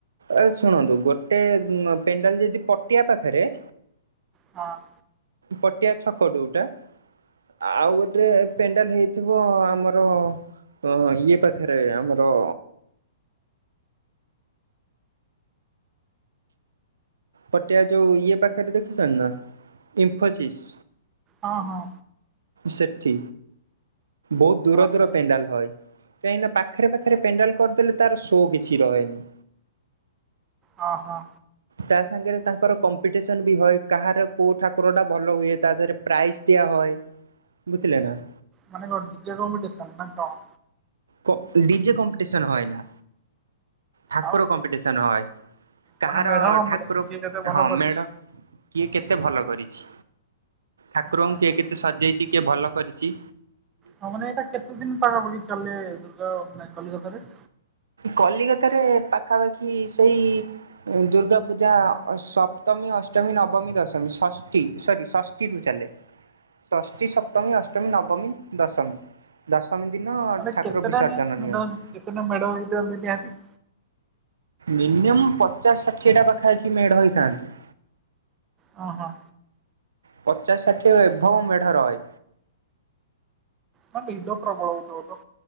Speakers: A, on the right; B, on the right.
A: ଏ ଶୁଣନ୍ତୁ ଗୋଟେ ପେଣ୍ଡାଲ୍ ଯଦି ପଟିଆ ପାଖେରେ
B: ହଁ। ‌
A: ପଟିଆ ଛକ ଡୋଉଟା ଆଉ ଗୋଟେ ପେଣ୍ଡାଲ୍ ହେଇଥିବ ଆମର ହଁ ହଁ ଇଏ ପାଖେରେ ଆମର ପଟିଆ ଯୋଉ ଇଏ ପାଖେରେ ଦେଖିଛନ୍ତି ନା ଇନଫୋସିସ୍?
B: ହଁ ହଁ।
A: ସେଠି ବହୁତ୍ ଦୂର
B: ଓହୋ
A: ଦୂର ପେଣ୍ଡାଲ ହଏ। କାହିଁକିନା ପାଖେରେ ପାଖେରେ ପେଣ୍ଡାଲ୍ କରିଦେଲେ ତାର ସୋ କିଛି ରହେନି।
B: ହଁ ହଁ।
A: ତା ସଙ୍ଗେରେ ତାଙ୍କର କମ୍ପିଟେସନ ବି ହଏ, କାହାର କୋଉ ଠାକୁର ଟା ଭଲ ହୁଏ ତା ଧେରେ ପ୍ରାଇଜ୍ ଦିଆ ହଏ, ବୁଝିଲେ ନା?
B: ମାନେ କଣ ଡିଜେ କମ୍ପିଡିସନ୍ ନା କଣ?
A: କୋ ଡିଜେ କମ୍ପିଡିସନ୍ ହୋଏନା। ଠାକୁର
B: ଆଉ
A: କମ୍ପିଟେସନ୍ ହଏ, କାହାର
B: ମାନେ ମେଢ କମ୍ପିଟିସନ
A: ଠାକୁର
B: କିଏ କେତେ ଭଲ
A: ହଁ
B: କରିଛି
A: ମେଢ କିଏ କେତେ ଭଲ କରିଛି, ଠାକୁରଙ୍କୁ
B: ମାନେ
A: କିଏ କେତେ ସଜେଇଚି କିଏ ଭଲ କରିଚି
B: ହଁ ମାନେ ଏଇଟା କେତେ ଦିନ୍ ପାଖାପାଖି ଚାଲେ ଦୁର୍ଗା ମାନେ କଲିକତାରେ?
A: କଲିକତାରେ ପାଖାପାଖି ସେଇ ଦୁର୍ଗା ପୂଜା ଅ ସପ୍ତମୀ, ଅଷ୍ଟମୀ, ନବମୀ, ଦଶମୀ, ଷଷ୍ଠୀ ସରି ସସ୍ ଟି ରୁ ଚାଲେ। ଷଷ୍ଠୀ, ସପ୍ତମୀ, ଅଷ୍ଟମୀ, ନବମୀ, ଦଶମୀ। ଦଶମୀ ଦିନ
B: ମାନେ
A: ଠାକୁର
B: କେତେଟା
A: ବିସର୍ଜନ
B: ନିହାତି ମେଢ
A: ନିଅନ୍ତି।
B: କେତେଟା ମେଢ ହେଇଥାନ୍ତି ନିହାତି?
A: ମିନିମମ୍ ପଚାଶ ଷାଠିଏଟା ପାଖାପାଖି ମେଢ଼ ହେଇଥାନ୍ତି।
B: ହଁ ହଁ।
A: ପଚାଶ ଷାଠିଏ ଏଭବ ମେଢ ରଏ।
B: ହଁ ଭିଡ଼ ପ୍ରବଳ ହେଉଥିବ ତ?